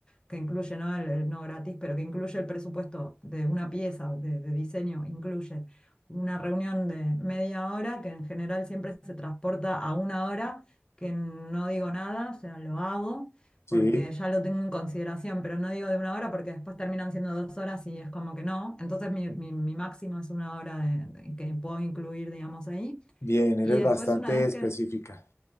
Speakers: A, on the left; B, on the left.
A: que incluye, ¿no? El, el no gratis, pero que incluye el presupuesto de una pieza de, de diseño, incluye una reunión de media hora, que en general siempre se transporta a una hora, que no digo nada, o sea, lo hago
B: Sí,
A: porque ya lo tengo en consideración, pero no digo de una hora porque después terminan siendo dos horas y es como que no. Entonces mi, mi- mi máximo es una hora de- de- que puedo incluir, digamos, ahí.
B: bien, eres
A: Y después
B: bastante
A: una vez
B: específica.
A: que,